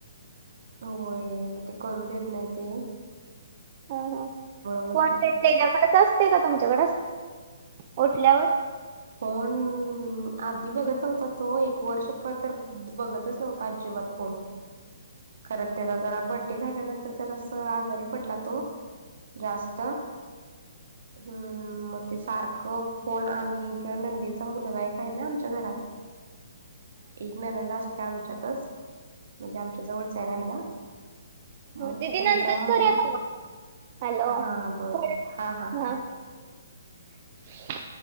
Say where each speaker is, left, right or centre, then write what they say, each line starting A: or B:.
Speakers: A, on the right; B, on the right.
A: होय मग ते करू देत नाही ते्
B: हो हो
A: म्हटलं
B: फोन त्यांच्याकडे असते का तुमच्याकडे असते उल्यावर
A: फोन अम आधी बघत नव्हता तो एक वर्ष तर बघतच नव्हता आजिबात फोन. खर त्याला जरा बर्थडे झाल्यानंतर जरा अस आजारी पडला तो. जास्त हम् मग ते सारखं फोन आणि नंदीचा मुलगा एक आहे ना आमच्या घरात, एक ननंद अस ते आमच्यातच म्हणजे जवळच आहे राहायला मग
B: दीदी
A: त्यांचा
B: नंतर
A: मुल
B: करूया का मग हॅलो
A: हा बरं
B: थोड्या-
A: हा हा हा
B: <inaudible>